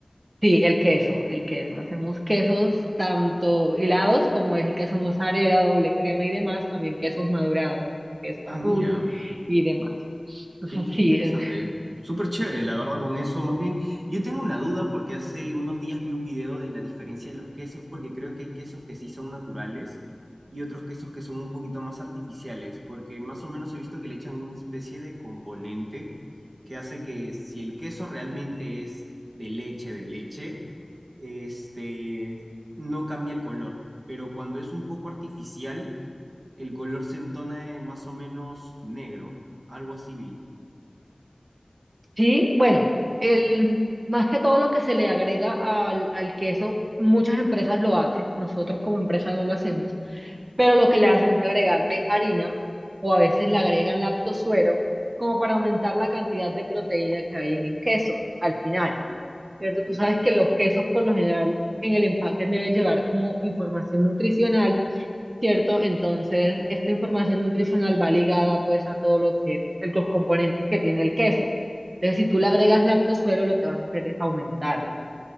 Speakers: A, on the right (about 55°); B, on the right (about 80°).
A: Sí, el queso, el queso. Hacemos quesos tanto hilados como es el queso mozzarella, doble crema y demás, también quesos madurados, queso
B: Ah,
A: azul
B: mira.
A: y demás. Entonces,
B: Qué, qué
A: Sí,
B: interesante.
A: es-
B: Súper chévere, la verdad, con eso. Más bien, yo tengo una duda porque hace unos días vi un video de la diferencia de los quesos, porque creo que hay quesos que sí son naturales y otros quesos que son un poquito más artificiales, porque más o menos he visto que le echan una especie de componente que hace que si el queso realmente es de leche, de leche, este, no cambia el color, pero cuando es un poco artificial, el color se entona de más o menos negro, algo así vi.
A: sí, bueno, el, más que todo lo que se le agrega al, al queso, muchas empresas lo hacen, nosotros como empresa no lo hacemos, pero lo que le hacen es agregarle harina o a veces le agregan lactosuero como para aumentar la cantidad de proteína que hay en el queso al final. ¿cierto? Tú sabes
B: ¿Ya?
A: que los quesos por lo general en el empaque deben llevar como información nutricional, ¿cierto? Entonces, esta información nutricional
B: Claro.
A: va ligada pues a todo lo que, los componentes que tiene el queso. Entonces, si tú le agregas lactosuero, lo que vas a hacer es aumentarle,